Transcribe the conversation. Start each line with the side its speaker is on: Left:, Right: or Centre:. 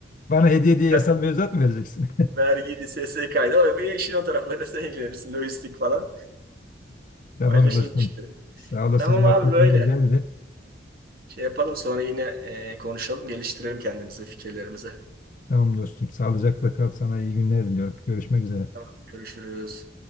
Left: Bana hediye diye yasal
Right: <laughs>
Left: mevzuat mı vereceksin?
Right: Vergiydi, SSK'ydı. O ya işin o taraflarıyla sen ilgilenirsin. Lojistik falan.
Left: <laughs> Tamam
Right: Paylaşırız
Left: dostum.
Right: işte.
Left: Sağ olasın
Right: Tamam
Left: muhabbetin
Right: abi böyle.
Left: güzeldi.
Right: Şey yapalım sonra yine e, konuşalım, geliştirelim kendimize, fikirlerimize.
Left: Tamam dostum sağlıcakla kal sana iyi günler diliyorum. Görüşmek üzere.
Right: Tamam. Görüşürüz.